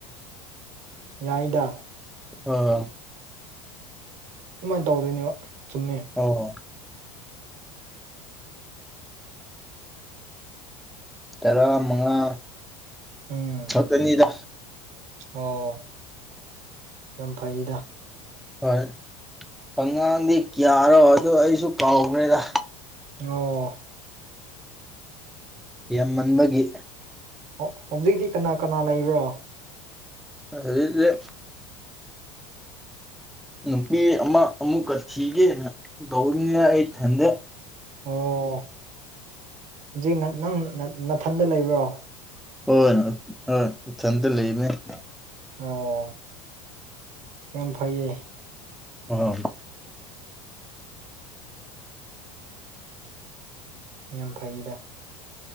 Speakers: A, on the right; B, in the centre.
A: ꯌꯥꯏꯗ
B: ꯑꯣ
A: ꯑꯗꯨꯃꯥꯏꯅ ꯇꯧꯗꯣꯏꯅꯦꯕ ꯆꯨꯝꯃꯦ
B: ꯑꯣ ꯇꯔꯥ ꯃꯉꯥ
A: ꯎꯝ
B: ꯈꯛꯇꯅꯤꯗ
A: ꯑꯣ ꯌꯥꯝ ꯐꯩꯗ
B: ꯍꯣꯏ ꯑꯉꯥꯡꯗꯤ ꯀꯌꯥꯔꯣ ꯑꯗ ꯑꯩꯁꯨ ꯀꯥꯎꯈ꯭ꯔꯦꯗ
A: ꯑꯣ
B: ꯌꯥꯝꯃꯟꯕꯒꯤ
A: ꯑꯣ ꯍꯧꯖꯤꯛꯇꯤ ꯀꯅꯥ ꯀꯅꯥ ꯂꯩꯕ꯭ꯔꯣ
B: ꯑꯗꯨꯗꯤ ꯅꯨꯄꯤ ꯑꯃ ꯑꯃꯨꯛꯀ ꯊꯤꯒꯦꯅ ꯇꯧꯅꯤꯅ ꯑꯩꯊꯟꯗ
A: ꯑꯣ ꯍꯧꯖꯤꯛ ꯅꯪ ꯅꯅꯥꯊꯟꯗ ꯂꯩꯕ꯭ꯔꯣ
B: ꯍꯣꯏꯣꯏ ꯍꯣꯏ ꯏꯊꯟꯗ ꯂꯩꯕꯅꯦ
A: ꯑꯣ ꯌꯥꯝ ꯐꯩꯌꯦ
B: ꯑ
A: ꯌꯥꯝ ꯐꯩꯗ